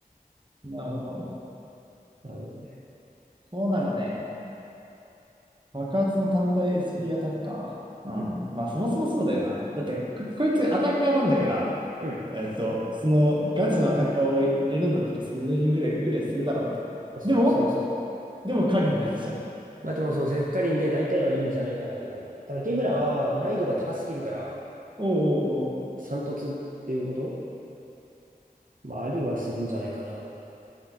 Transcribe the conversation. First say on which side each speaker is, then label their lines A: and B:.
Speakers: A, on the right; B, on the right.
A: なるほど。
B: あ、
A: そうならね、爆発の単体 SP アタッカー。うん。
B: うん。
A: まあ、そもそもそうだよな。だって、ここいつアタッカーなんだから、
B: うん
A: えっと、そのガチのアタッカーを入れるんだったらスケジューリングぐらい、ぐらいするだろうみたいな。
B: あ、そう、
A: でも、
B: そらそう。
A: でもカリンなんでしょ。あ
B: まあでもそう、セフカリンで大体はいいんじゃないかなって感じ。ただ、ゲブラは難易度が高すぎるから、
A: あ、おうおうおう、
B: 三突っていうことまあ、ありはするんじゃないかな。